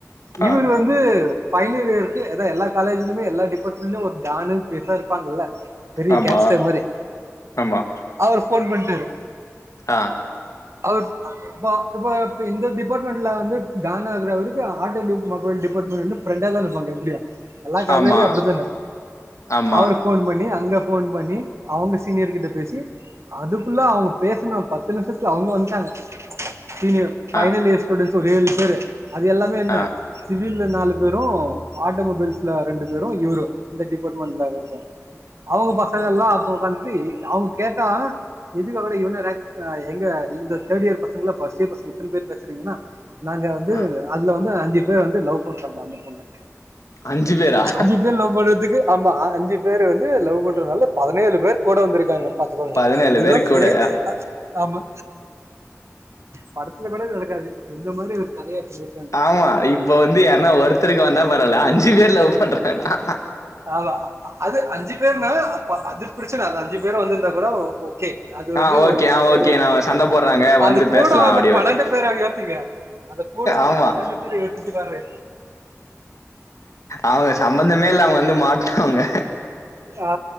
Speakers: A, on the right (about 60°); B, on the left (about 75°).
A: இவரு
B: ஆ
A: வந்து பைனலியருக்கு ஏதோ எல்லா காலேஜிலுமே எல்லா டிப்பாட் அப்ப உள்ள ஒரு டானு பெருசா இருப்பாங்கல்ல பெரிய
B: ஆமா
A: கேங்ஸ்டர் மாரி
B: ஆமா
A: அவரு ஃபோன் பண்ட்டாரு
B: ஆ
A: அவுரு பா இப்ப இந்த டிபார்ட்மெண்ட்ல வந்து டானா இருக்கவருக்கு ஆட்டோ டிப் மொபைல் டிபார்ட்மெண்ட் வந்து ஃப்ரெண்டா தான இருப்பாங்க எப்டியு எல்லா கதையிலயும
B: ஆமா
A: அப்டித்தான
B: ஆமா
A: அவரு ஃபோன் பண்ணி அங்க ஃபோன் பண்ணி அவங்க சீனியர் கிட்ட பேசி அதுக்குள்ள அவங்க பேசுன பத்து நிமிஷத்துல அவங்க வந்ட்டாங்க சீனியர் பைனல்
B: ஆ
A: இயர் ஸ்டூடன்ஸ் ஒரு ஏழு பேரு அது எல்லாமே என்ன
B: ஆ
A: சிவில்ல நாலு பேரு ஆட்டோமொபைல்ஸ்ல ரெண்டு பேரு இவரு இந்த டிபார்ட்மெண்ட்ல இருக்க அவங்க பசங்கல்லா அங்க உக்காந்துட்டு அவங்க கேட்டா இதுக்காகற இவன ரக் அ எங்க இந்த தேர்ட் இயர் பசங்கல ஃபர்ஸ்ட் இயர் பசங்க இத்தன பேர் பேசுறீங்கன்னா நாங்க வந்து
B: ஆ
A: அதுல வந்து அஞ்சு பேர் வந்து லவ் பண்றாங்களா அந்த பொண்ண
B: அஞ்சு பேரா
A: அஞ்சு பேர் லவ் பண்றதுக்கு ஆமா அஞ்சு பேர் வந்து லவ் பண்றதுனால பதினேழு பேர் கூட வந்திருக்காங்க பாத்துக்கோங்க
B: பதினேழு
A: இதுதா
B: பேரு கூட
A: பைடே ஆ ஆமா படத்துல கூட நடக்காது எந்த மாதிரி ஒரு கதையா சொல்லிருக்காங்க
B: ஆமா இப்ப வந்து யாருன்னா ஒருத்தருக்கு வந்தா பரவால அஞ்சு பேர் லவ் பண்றாங்கனா
A: ஆமா அது அஞ்சு பேருனா அப்ப அது பிரச்சன அந்த அஞ்சு பேரு வந்திருந்தா கூட ஓ கே அது
B: ஆ
A: வந்து
B: ஓகே
A: ஒரு
B: ஆ ஓகே
A: ஒரு
B: நாம சண்ட போடுறாங்க வந்து
A: அது
B: பேசலா
A: கூட வந்த
B: அப்படி
A: பன்னெண்டு
B: ஓகே
A: பேர யத்தீங்க அந்த கூட வந்து
B: ஆமா
A: பன்னெண்டு பேர் யோசிச்சு பாரு
B: அவங்க சம்பந்தமே இல்லாம வந்து மாட்னவுங்க
A: ஆ